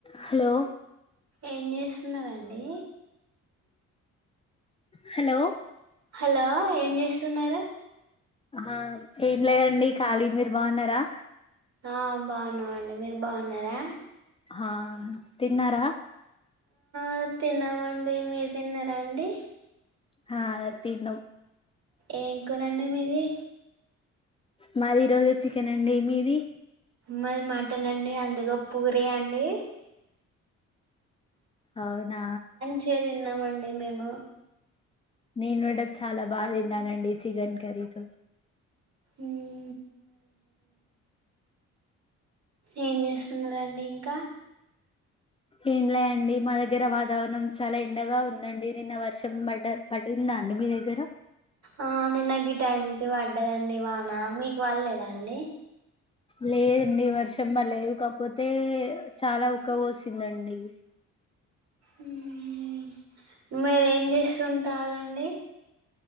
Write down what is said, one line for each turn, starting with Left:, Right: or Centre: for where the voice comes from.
Left: Hollow
Right: ఏం చేస్తున్నారండి
Left: hello
Right: hello ఏం చేస్తున్నారు
Left: ఆ ఏం లేదండి ఖాళీ మీరు బాగున్నారా
Right: ఆ బాగున్నామండి మీరు బాగున్నారా
Left: ఆ తిన్నారా
Right: ఆ తిన్నామండి మీరు తిన్నారా అండి
Left: హా తిన్నాం
Right: ఏం కురండి మీది
Left: మాది ఈరోజు చికెన్ అండి మీది
Right: మాది మాటన్ అండి అందులో పూరి అండి
Left: అవునా
Right: చిగా తిన్నామండి మేము
Left: నేను కూడా చాలా బాగా తిన్నానండి చికెన్ కర్రీతో
Right: ఉమ్మ్ ఏం చేస్తున్నారండి ఇంకా
Left: ఏంలే అండి మా దగ్గర వాతావరణం చాలా ఎండగా ఉందండి నిన్న వర్షం బట పడిందా అండి మీ దగ్గర
Right: ఆ నిన్న గీ టైంకి పడ్డదండి వాన మీకు పల్లెదాండి
Left: లేదండి వర్షం పడ్లేదు కాక్పోతే చాలా ఉక్క పోసిందండి
Right: ఉమ్మ్ మీరేం చేస్తుంటారండి